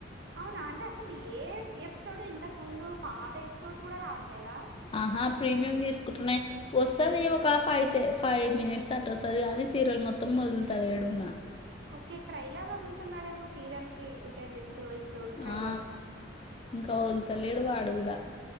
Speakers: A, on the right (about 60°); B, on the left (about 30°).
A: అవునా అంటే అసలు ఏ ఎపిసోడ్ ఇంతకు ముందు పాత ఎపిసోడ్స్ కూడా రావట్లేదా
B: ఆహా ప్రీమియం తీసుకుంటునే వస్తది ఒక ఫైవ్ సే ఫైవ్ మినిట్స్ అట్ట వస్తది కానీ సీరల్ మొత్తం మొదలుత ఏడున్న
A: ఓకే ట్రైలర్ వదులుతున్నాడేమో సీరియల్ కి ఒక జస్ట్ ఎపిసోడ్ ట్రైలర్
B: ఆ ఇంకా వలుతల్లేడు వాడు కూడా